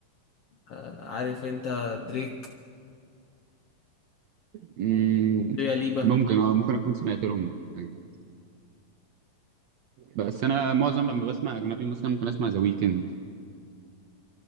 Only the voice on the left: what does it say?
آه، عارف انت دريك
يا ليبا